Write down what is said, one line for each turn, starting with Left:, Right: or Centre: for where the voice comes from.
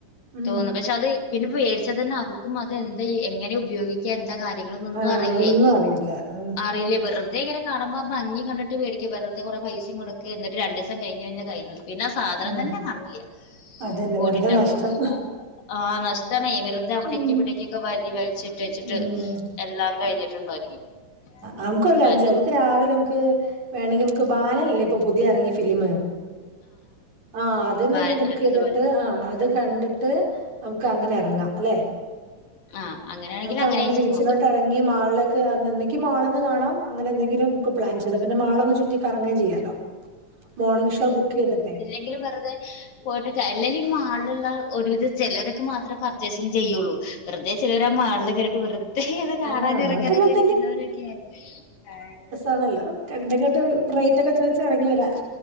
Right: ഉം
Left: തോന്നും പക്ഷെ അത് പിന്നെ വേടിച്ചത് തന്നെ അവർക്കും അത് എന്താ എങ്ങനെ ഉപയോഗിക്ക എന്താ കാര്യങ്ങള് ഒന്നും
Right: ആഹ്
Left: അറിയില്ലേ
Right: ഒന്നും അറിയില്ല. ഉം
Left: അറിയില്ലേ വെറുതെ കാണുമ്പോ ആ ഭംഗി കണ്ടിട്ട് വേടിക്കാ, വെറുതെ കുറെ പൈസയും കൊടുക്ക എന്നിട്ട് രണ്ട ദിവസം കയിഞ്ഞ് കഴിഞ്ഞ കഴിഞ്ഞു പിന്നെ സാധനം
Right: ഉം
Left: തന്നെ കാണില്ല
Right: അതന്നെ
Left: <unintelligible>
Right: വെറുതെ നഷ്ടം.
Left: ആ നഷ്ട്ടാണെയ് വെറുതെ അവിടേക്ക്
Right: ഉം
Left: ഇവിടേക്കൊക്കെ വലിച്ചിട്ട് ച്ചിട്ട്
Right: ഉം
Left: എല്ലാം കഴിഞ്ഞിട്ടുണ്ടായിരിക്കും
Right: ആഹ് നമുക്കൊരു
Left: അപ്പൊ
Right: കാര്യം
Left: അതൊക്കെ
Right: ചെയ്യാം നമക്ക് രാവിലെ നമുക്ക് വേണങ്കിൽ നമുക്ക് ബാലനില്ലെ ഇപ്പൊ പുതിയ ഇറങ്ങിയ ഫിലിം ആ അതിനൊന്ന്
Left: ബാ
Right: ബുക്ക്
Left: അത്ഭുത
Right: ചെയ്തിട്ട്
Left: ബാല
Right: ആ അത് കണ്ടിട്ട് ട്ട് അത് നമുക്ക് അങ്ങനെ ഇറങ്ങാം അല്ലെ
Left: ആഹ് അങ്ങനെ
Right: നങ്ങക്ക് അങ്ങനെ
Left: വെച്ച്
Right: ബീച്ചിലോട്ട്
Left: നോക്കാം
Right: ഇറങ്ങി മാളിലേക്ക് എന്തെക്കും മാളന്ന് കാണാം അങ്ങനെ എന്തെങ്കിലും പ്ലാൻ ചെയ്ത പിന്നെ മാളൊന്ന് ചുറ്റി കറങേൻ ചെയ്യാലോ മോർണിംഗ് ഷോ ബുക്ക് ചെയ്തിട്ടേ
Left: ങ്കിലും വെറുതെ പോയിട്ട അല്ലേ ഈ മാളിലുള്ള ഒരുവിധ ചിലരൊക്കെ മാത്രമേ പർച്ചേസിങ്ങ് ചെയ്യുള്ളൂ വെറുതെ ചിലവർ ആ മാളില് കയറിയിട്ട് വെറുതെ അത് കാണാനൻ
Right: ആഹ് നമ്മളൊക്കെ
Left: ഇറങ്ങാനായിട്ട്
Right: അങ്ങനെ
Left: ഇരിക്കുന്നവരൊക്കെയായി ആ
Right: ആണല്ലോ കണ്ടങ്ങെട്ട് റേറ്റ് ഒക്കെ ചോദിച്ച് ഇറങ്ങി വരാം